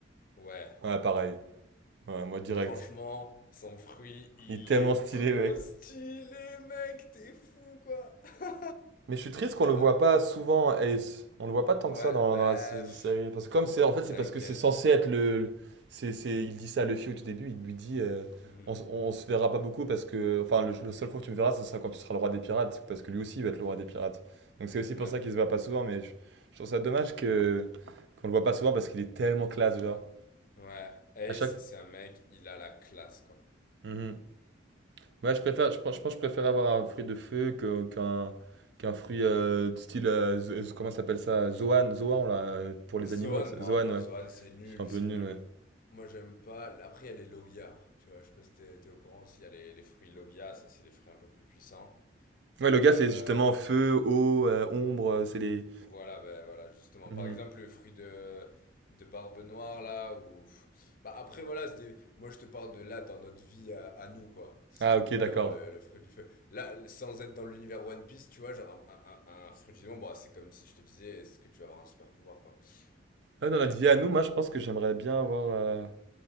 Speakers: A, on the left; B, on the right.
A: Ouais.
B: Ouais, pareil. Ouais, moi, direct.
A: Franchement, son fruit, il
B: Il est tellement
A: est
B: stylé,
A: trop
B: mec.
A: stylé, mec, t'es fou, quoi. <laughs>
B: Mais je suis triste qu'on le
A: Ah,
B: voit pas souvent, Ace. On le voit pas tant
A: ouais,
B: que ça dans,
A: bah,
B: dans la sé-
A: pff,
B: série. Parce que comme c'est, en fait, c'est
A: t'inquiète.
B: parce que c'est censé être le, le- c'est, c'est- il dit ça à Luffy au tout début. Il lui dit, euh,
A: Hmm,
B: on, s- on se verra pas beaucoup parce que, enfin, le, le seul fois que tu me verras, ce sera quand tu seras le roi des pirates, parce que lui aussi il va être le roi des pirates. Donc c'est aussi
A: Ouais,
B: pour ça qu'il se voit pas souvent. Mais je, je trouve ça dommage que qu'on le voit pas souvent parce qu'il est tellement classe,
A: ouais,
B: genre.
A: ouais. Ace,
B: À chaque.
A: c'est un mec, il a la classe, quoi.
B: Mhm. Ouais, je préfère, je pense, je pense que je préfère avoir un fruit de feu que- qu'un qu'un fruit euh, du style, euh, zo- zo- comment ça s'appelle ça? Zoan, Zoan là, euh, pour les
A: Zoan,
B: animaux. tu sais.
A: non,
B: Zoan,
A: non,
B: ouais.
A: Zoan, c'est nul,
B: C'est un peu
A: c'est
B: nul,
A: nul.
B: ouais.
A: Moi, j'aime pas. Après, il y a les Logia, tu vois, je sais pas si t'es t'es au courant, s'il y a les, les fruits Logia, ça, c'est des fruits un peu plus puissants.
B: Ouais, le gars,
A: Euh,
B: c'est justement feu, eau, euh, ombre, euh, c'est les...
A: Voilà, ben voilà, justement.
B: Mhm.
A: Par exemple, le fruit de, de Barbe Noire, là, ou... Bah après, voilà, c'est des- moi je te parle de là, dans notre vie à, à nous, quoi. Ce
B: Ah,
A: serait cool
B: ok, d'accord.
A: d'avoir le, le fruit du feu. Là, sans être dans l'univers One Piece, tu vois, genre un, un, un- un fruit du démon, bon, c'est comme si je te disais, est-ce que tu vas avoir un super pouvoir, quoi.
B: Ouais,
A: Mais
B: dans notre vie à nous, moi, je pense que j'aimerais bien avoir... euh,